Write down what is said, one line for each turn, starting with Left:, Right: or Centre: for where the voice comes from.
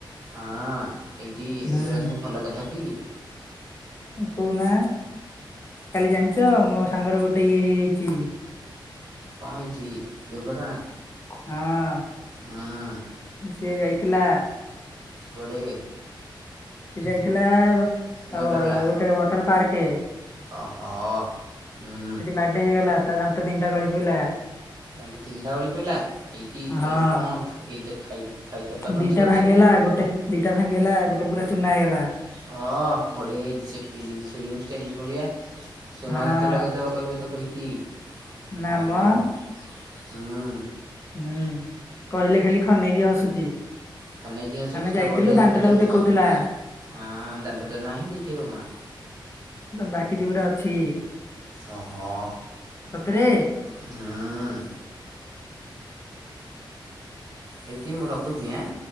Right: ହଁ ଏଇଠି
Left: ହୁଁ
Right: ଏଗୁଡ଼ା ସବୁ ଭଲ କଥାଟି।
Left: କହୁନା କାଲି ଜାଣିଛ ମୋ ସାଙ୍ଗର ଗୋଟେ ଇଏ ହେଇଯାଇଛି।
Right: କଣ ହେଇଛି ଦୁର୍ଘଟଣା?
Left: ହଁ
Right: ହୁଁ
Left: ସିଏ ଯାଇଥିଲା।
Right: କୁଆଡେ?
Left: ସିଏ ଯାଇଥିଲା ଆଉ
Right: ୱାଣ୍ଡର୍ଲା
Left: ଗୋଟେ ୱାଟର ପାର୍କ।
Right: ଓହୋ ହଁ।
Left: ବାଡେଇ ହେଇଗଲା ତା ତିନିଟା ଗଳି ପଇଲା।
Right: ଏ ତିନିଟା ବେଳି ପହିଲା ଏଇଠି
Left: ହଁ।
Right: ଏବେ କଣ ଏଇତ ଖାଇତେ ପାର
Left: ଦିଟା
Right: ନଥିବ
Left: ଭାଙ୍ଗିଗଲା
Right: ଅଛି।
Left: ଗୋଟେ ଦିଟା ଭାଙ୍ଗିଗଲା ଗୋଟେ ପୁରା ଚୁନା ହେଇଗଲା।
Right: ହଁ ବଢିଆ ହେଇଛି ସେ ଫିଲ୍ମ ଷ୍ଟାଇଲ ଭଳିଆ ସୁନା
Left: ହଁ।
Right: ଦାନ୍ତ ଲଗେଇ ଦବ। କହିବ ତାକୁ ହେଇଟିି
Left: ନା
Right: ଭଲ
Left: ମ
Right: ହେବ ହୁଁ।
Left: ହୁଁ କହିଲେ ଖାଲି ଖନେଇକି ହସୁଛି।
Right: ଖନେଇକି ହସୁଛି
Left: ଆମେ ଯାଇଥିଲୁ
Right: ତ ବଢ଼ିଆ ଦେଖାଯାଉଥିବ।
Left: ଦାନ୍ତଟାକୁ ଦେଖଉଥିଲା।
Right: ହଁ! ଦାନ୍ତ ତ ନାହିଁ ଦେଖେଇବ କଣ।
Left: ବାକି ଯୋଉଗଡା ଅଛି।
Right: ଓହୋ!
Left: ସତରେ
Right: ହୁଁ! ହେଇଠି ମୁଁ ରଖୁଛି। ଆଁ!